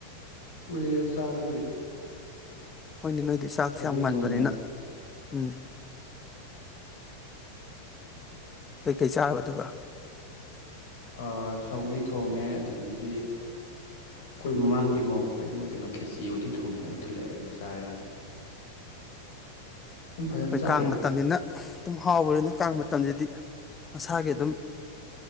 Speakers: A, on the left (about 60°); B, on the left (about 15°).
A: ꯀꯨꯏꯔꯦ ꯆꯥꯕ ꯑꯩꯈꯣꯏꯗꯤ
B: ꯍꯣꯏꯅꯦ ꯅꯣꯏꯗꯤ ꯆꯥꯛꯁꯦ
A: ꯁꯧꯒ꯭ꯔꯤ
B: ꯌꯥꯝ ꯉꯟꯕꯅꯤꯅ
A: ꯊꯣꯡꯉꯦ
B: ꯎꯝ ꯀꯩꯀꯩ ꯆꯥꯔꯕ ꯑꯗꯨꯒ
A: ꯑ ꯁꯧꯒꯤ ꯊꯣꯡꯉꯦ ꯑꯗꯒꯤꯗꯤ ꯑꯩꯈꯣꯏ ꯃꯃꯥꯡꯒꯤ ꯃꯧ ꯍꯣꯏ ꯃꯣꯏ ꯀꯩꯅꯣ ꯈꯦꯆꯤ ꯎꯇꯤ ꯊꯣꯡꯉꯦꯅ ꯑꯗꯨ ꯊꯤꯜꯂꯛꯑꯦ ꯑꯗꯨ ꯆꯥꯔꯦ ꯑꯗꯨꯝ ꯐꯖꯅ
B: ꯍꯣꯏ
A: ꯆꯥꯈ꯭ꯔꯦꯗ
B: ꯀꯥꯡ ꯃꯇꯝꯅꯤꯅ ꯑꯗꯨꯝ ꯍꯥꯎꯕꯅꯤꯅ ꯀꯥꯡ ꯃꯇꯝꯁꯤꯗꯤ ꯃꯁꯥꯒꯤ ꯑꯗꯨꯝ